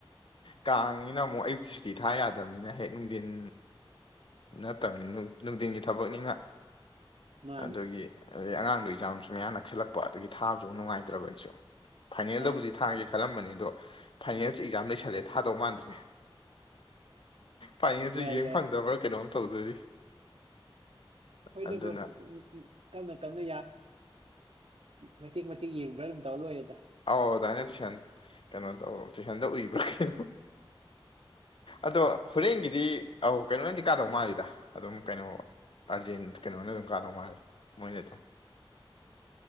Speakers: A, on the left; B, on the right.
A: ꯀꯥꯡꯅꯤꯅ ꯑꯃꯨꯛ ꯑꯌꯨꯛꯇꯤ ꯁꯨꯇꯤ ꯊꯥ ꯌꯥꯗꯕꯅꯤꯅ ꯍꯦꯛ ꯅꯨꯡꯊꯤꯟ ꯅꯠꯇꯕꯅꯤ ꯅꯨꯡꯊꯤꯟꯒꯤ ꯊꯕꯛꯅꯤꯅ
B: ꯃꯥꯅꯤ
A: ꯑꯗꯨꯒꯤ ꯑꯗꯩ ꯑꯉꯥꯡꯗꯣ ꯑꯦꯛꯖꯥꯝꯁꯨ ꯃꯌꯥ ꯅꯛꯁꯤꯜꯂꯛꯄ ꯑꯗꯨꯒꯤ ꯊꯥꯕꯁꯨ ꯅꯨꯡꯉꯥꯏꯇ꯭ꯔꯕ ꯑꯩꯁꯨ ꯐꯥꯏꯅꯦꯜꯗꯕꯨꯗꯤ
B: ꯑꯥ
A: ꯊꯥꯒꯦ ꯈꯜꯂꯝꯕꯅꯤ ꯑꯗꯣ ꯐꯥꯏꯅꯦꯜꯁ ꯑꯦꯛꯖꯥꯝ ꯂꯩꯁꯜꯂꯦ ꯊꯥꯗꯧ ꯃꯥꯟꯗ꯭ꯔꯦ ꯐꯅꯦꯁꯨ
B: ꯌꯥꯏ
A: ꯌꯦꯡ
B: ꯌꯥꯏ
A: ꯐꯪꯗꯕ꯭ꯔꯥ ꯀꯩꯅꯣꯝ ꯇꯧꯗꯣꯔꯤ
B: ꯍꯣꯏꯗꯣꯏꯕ꯭ꯔꯣ
A: ꯑꯗꯨꯅ
B: ꯎ ꯇꯞꯅ ꯇꯞꯅ ꯃꯇꯦꯛ ꯃꯇꯦꯛ ꯌꯦꯡꯕ꯭ꯔꯥ ꯑꯗꯨꯝ ꯇꯧꯔ ꯂꯣꯏꯦꯗ
A: ꯑꯧꯗꯥꯏꯅꯦ ꯇꯨꯏꯁꯥꯟ ꯀꯩꯅꯣ ꯇꯧ ꯇꯨꯏꯁꯥꯟꯗ ꯎꯏꯕ꯭ꯔꯥ ꯀ ꯑꯗꯣ ꯍꯣꯔꯦꯟꯒꯤꯗꯤ ꯑꯧ ꯀꯩꯅꯣꯅꯗꯤ ꯀꯥꯗꯧ ꯃꯥꯜꯂꯤꯗ ꯑꯗꯨꯝ ꯀꯩꯅꯣ ꯑꯥꯔꯖꯦꯟ ꯀꯩꯅꯣꯅ ꯑꯗꯨꯝ ꯀꯥꯗꯧ ꯃꯥꯜꯂꯤꯦ ꯃꯣꯏ
B: <inaudible>